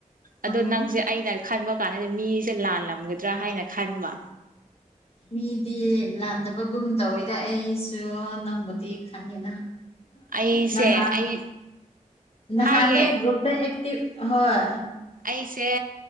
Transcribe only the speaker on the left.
ꯎꯝ
ꯃꯤꯗꯤ ꯂꯥꯟꯗꯕꯒꯨꯝ ꯇꯧꯋꯦꯗ ꯑꯩꯁꯨ ꯅꯪꯕꯨꯗꯤ ꯈꯪꯉꯦꯅ
ꯅꯍꯥꯟ
ꯅꯍꯥꯟꯗꯩ
ꯒ꯭ꯔꯨꯨꯞ ꯇ ꯑꯦꯛꯇꯤꯕ ꯍꯣꯏ